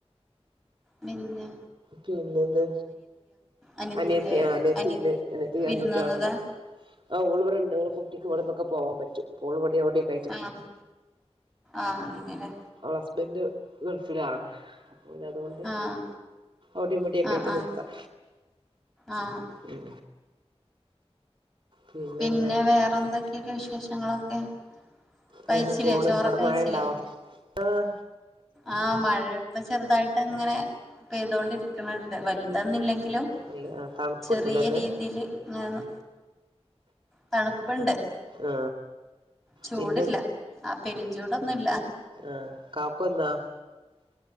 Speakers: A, in the centre; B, on the right (about 50°).
A: പിന്ന
B: പിന്നെ എന്താ
A: അനിയത്തിന്റെ
B: അനിയത്തി അനിയത്തിണ്ട്
A: അനിയ
B: അനത്തി രണ്ട
A: വിരുന്ന്
B: കുട്ടികളുണ്ട്
A: വന്നതാ
B: ആഹ് ഉൾവി ഉണ്ട് കുട്ടക്ക്വിടെന്നൊക്കെ പോവാൻ പറ്റും അഹ് <unintelligible>
A: ആഹ് ആഹ് അങ്ങെല്ലേ
B: അവടെ ഹസ്ബൻഡ് ഗൾഫിലാണ് അഹ് അതുകൊണ്ട്
A: ആഹ്
B: വിട മുടിയൊക്കെ
A: ആഹ്
B: ആയിട്ട്
A: ആഹ്
B: നിക്കാം
A: ആഹ്
B: ഉം പിന്നെന്താ
A: പിന്നെ വേറെ എന്തൊക്കെയൊക്കെ വിശേഷങ്ങളൊക്കെ കഴിച്ചില്ലേ
B: ഇങ്ങനെ പോണ്
A: ചോറൊക്കെ
B: അവിടെ
A: കഴിച്ചില്ലേ
B: മഴ ഇണ്ടാവോ ആഹ്
A: ആഹ് മഴ ഇപ്പ ചെറുതായിട്ട് അങ്ങനെ പെയ്തൊണ്ടിരിക്കുന്നുണ്ട് വലിയ ഇതന്നില്ലെങ്കിലോ
B: അല്ല തണുപ്പുണ്ടല്ലേ
A: ചെറിയ
B: ഇന്ന്
A: രീതിലങ്ങനെ തണുപ്പുണ്ട്
B: ആ
A: ചൂടല്ല
B: പിന്നെ
A: ആഹ് പെരിഞ്ചൂടൊന്നുമല്ല
B: ആഹ് കാക്ക ഉണ്ടോ